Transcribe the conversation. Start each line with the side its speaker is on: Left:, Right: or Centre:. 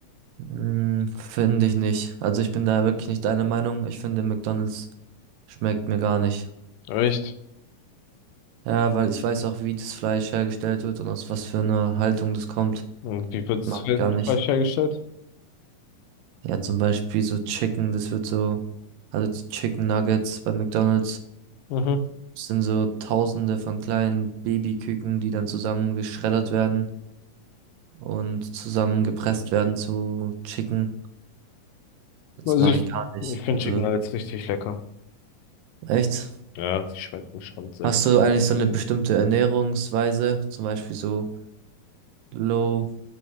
Right: Hm, finde ich nicht. Also ich bin da wirklich nicht deiner Meinung. Ich finde, McDonald's schmeckt mir gar nicht.
Left: Echt?
Right: Ja, weil ich weiß auch, wie das Fleisch hergestellt wird und aus was für einer Haltung das kommt.
Left: Und wie wird
Right: Mag
Left: es
Right: ich gar nicht.
Left: falsch hergestellt?
Right: Ja, zum Beispiel so Chicken, das wird so, also die Chicken Nuggets bei McDonald's
Left: Mhm.
Right: sind so Tausende von kleinen Babyküken, die dann zusammen geschreddert werden und zusammengepresst werden zu Chicken. Das
Left: Also
Right: mag
Left: ich,
Right: ich gar nicht.
Left: ich finde
Right: Also
Left: Chicken Nuggets richtig lecker.
Right: Echt?
Left: Ja, die schmecken schon sehr
Right: Hast
Left: gut.
Right: du eigentlich so eine bestimmte Ernährungsweise, zum Beispiel so Low